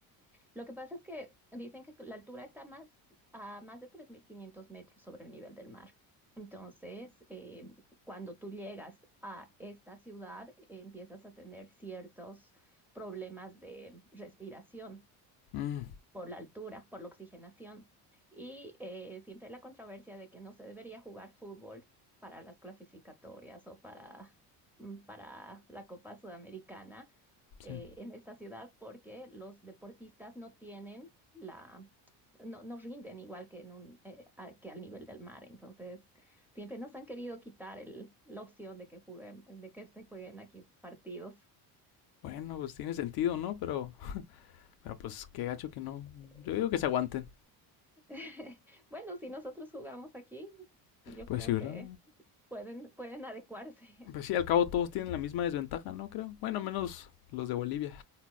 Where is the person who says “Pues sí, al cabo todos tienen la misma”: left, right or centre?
Left